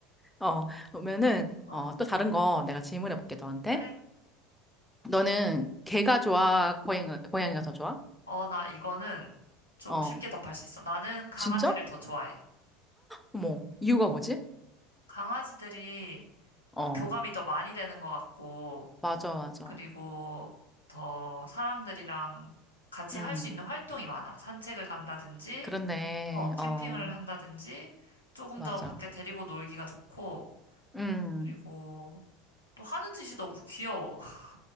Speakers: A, in the centre; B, on the left.
A: 어, 보면은,
B: 어,
A: 어, 또 다른 거 내가 질문해 볼게, 너한테.
B: 그래?
A: 너는 개가 좋아, 고양이가, 고양이가 더 좋아?
B: 어, 나 이거는 좀
A: 어,
B: 쉽게 답할 수 있어. 나는 강아지를
A: 진짜?
B: 더 좋아해.
A: 어머, 이유가 뭐지?
B: 강아지들이
A: 어,
B: 어, 교감이 더 많이 되는 것 같고,
A: 맞아, 맞아.
B: 그리고 더 사람들이랑 같이
A: 음,
B: 할 수 있는 활동이 많아. 산책을 간다든지,
A: 그렇네.
B: 어, 캠핑을
A: 어,
B: 한다든지, 조금
A: 맞아.
B: 더 밖에 데리고 놀기가 좋고,
A: 음,
B: 그리고 또 하는 짓이 너무 귀여워. <laughs>